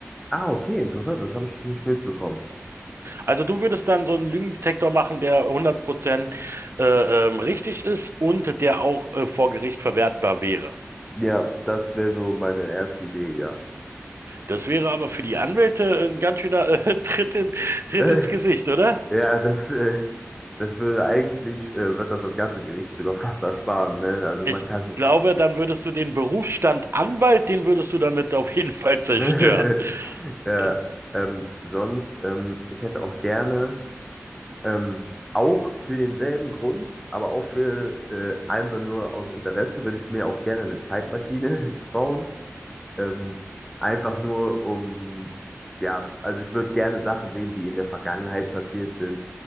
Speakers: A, in the centre; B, on the right.
A: Ah, okay, interessant, das habe ich nicht mitbekommen.
B: Also du würdest dann so einen Lügendetektor machen, der 100% äh, ähm, richtig ist und der auch äh, vor Gericht verwertbar wäre.
A: Ja, das wäre so meine erste Idee, ja.
B: Das wäre aber für die Anwälte ein ganz schöner äh, <laughs> Tritt in,
A: <laughs>
B: Tritt
A: Äh,
B: ins Gesicht, oder?
A: ja, das, äh, das würde eigentlich, äh, wird das das ganze Gericht sogar <laughs> fast ersparen, ne? Also
B: Ich
A: man kann.
B: glaube, dann würdest du den Berufsstand Anwalt, den würdest du damit auf jeden <laughs> Fall zerstören.
A: <laughs> Ja,
B: Äh,
A: ähm, sonst, ähm, ich hätte auch gerne, ähm, auch für denselben Grund, aber auch für äh, einfach nur aus Interesse, würde ich mir auch gerne eine Zeitmaschine <laughs> bauen. Ähm, einfach nur um, ja, also ich würde gerne Sachen sehen, die in der Vergangenheit passiert sind